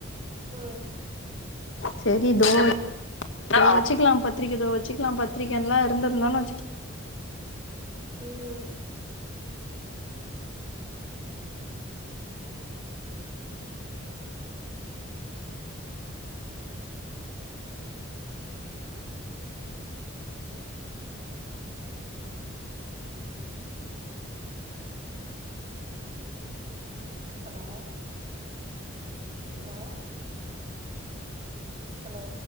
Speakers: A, on the right; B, on the left.
A: ஓ
B: செரி தோ தோ வச்சுக்கலா பத்திரிக்க தோ வச்சுக்கலா பத்திரிக்கல்லான் இருந்துர்லான் வச்சுக
A: ம் ஹலோ கேக்குதா ஹலோ